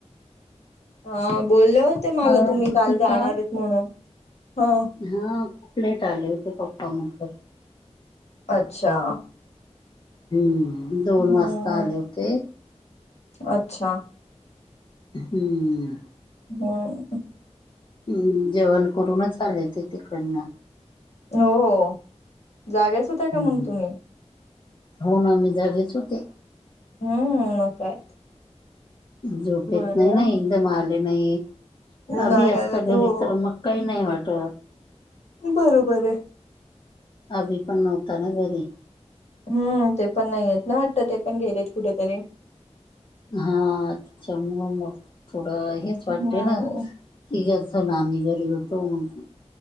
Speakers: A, on the left; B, on the left.
A: हा बोलले होते मला
B: हळद
A: तुम्ही
B: होती
A: काल जाणार
B: का
A: आहेत म्हणून हा....
B: हा खूप लेट आले होते पप्पा मग.....
A: अच्छा....
B: हम्म
A: हम्म
B: दोन वाजता आले होते....
A: अच्छा....
B: हम्म....
A: हम....
B: हम् जेवण करूनच आले होते तिकडनं.....
A: हो हो जागेच... होत्या का
B: हम्म
A: मग तुम्ही
B: हो ना मी जागेच होते....
A: हम्म मग काय?
B: झोपेत
A: बरं
B: नाही ना
A: आहे.
B: एकदम आले नाही अभी
A: नाही
B: असता
A: अरे
B: घरी
A: त हो
B: तर मग... काही नाही वाटत!
A: बरोबर आहे
B: अभी पण नव्हता ना घरी?
A: हम्म ते पण नाहीयेत ना वाटत ते पण गेलेत कुठेतरी?
B: हा त्याच्यामुळं म थोडं हेच
A: हम्म
B: वाटते ना... येतो ना आम्ही घरी येतो मग.